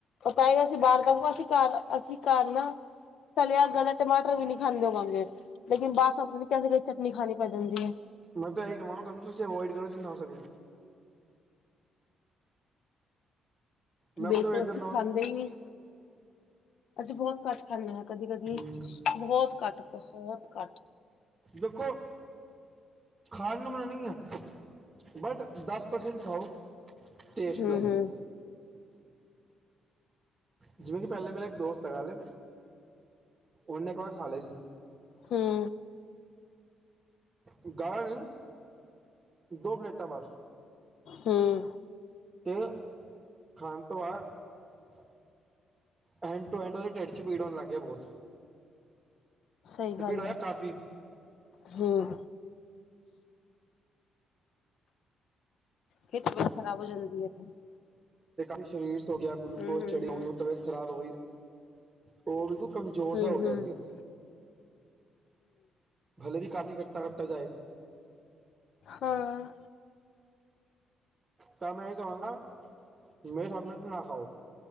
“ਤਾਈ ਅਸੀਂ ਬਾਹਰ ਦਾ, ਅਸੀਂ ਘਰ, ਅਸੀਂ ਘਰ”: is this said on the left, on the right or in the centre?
Left